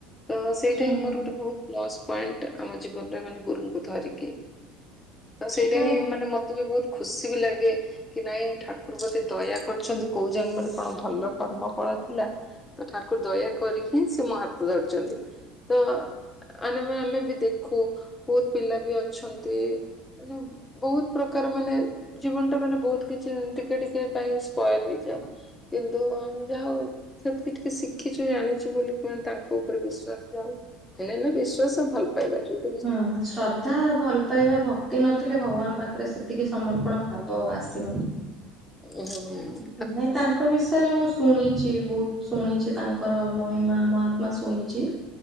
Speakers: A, on the left; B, in the centre.
A: ତ ସେଇଟା
B: ହୁଁ
A: ହିଁ ମୋର ଗୋଟେ ବହୁତ୍ ପ୍ଲସ୍ ପଏଣ୍ଟ୍ ଆମ ଜୀବନରେ ମାନେ ଗୁରୁଙ୍କୁ ଧରିକି। ତ ସେଇଟା
B: ହୁଁ
A: ହିଁ ମାନେ ମତେ ବି ବହୁତ୍ ଖୁସି ବି ଲାଗେ କି ନାଇଁ ଠାକୁର୍ ବତେ ଦୟା କରଛନ୍ତି କୋଉ ଜନ୍ମରେ କଣ ଭଲ କର୍ମ ଫଳ ଥିଲା ତ ଠାକୁ ଦୟା କରିକି ହିଁ ସେ ମୋ ହାତ ଧରିଛନ୍ତି ତ ଆରେ ମା ଆମେ ବି ଦେଖୁ ବହୁତ୍ ପିଲା ବି ଅଛନ୍ତି ମାନେ ବହୁତ୍ ପ୍ରକାର ମାନେ ଜୀବନ୍ ଟା ମାନେ ବହୁତ୍ କିଛି ଏମି ଟିକେ ଟି କେ ପାଇଁ ସ୍ପଏଲ୍ ହେଇଯାଏ କିନ୍ତୁ ଆମ୍ ଯାହା ହଉ ସେଥିକି ଟିକେ ଶିଖିଛୁ ଜାଣିଚୁ ବୋଲିେ ମାନେ ତାଙ୍କ ଉପରେ ବିଶ୍ୱାସ ଯାଉ ହେଲେ ବି ବିଶ୍ଵାସ ଭଲ୍ ପାଇବା ଯୋଉ
B: ହୁଁ ଶ୍ରଦ୍ଧା ଭଲ୍ ପାଇବା ଭକ୍ତି ନଥିଲେ ଭଗବାନ ପାଖରେ ସେତିକି ସମର୍ପଣ ଭାବ ଆସିବନି।
A: ଓୁଁ <unintelligible>
B: ନାଇଁ ତାଙ୍କ ବିଷୟରେ ମୁଁ ଶୁଣି ଛି ବହୁତ୍ ଶୁଣିଛି ତାଙ୍କର ମହିମା ମହାତ୍ମା ଶୁଣିଚି।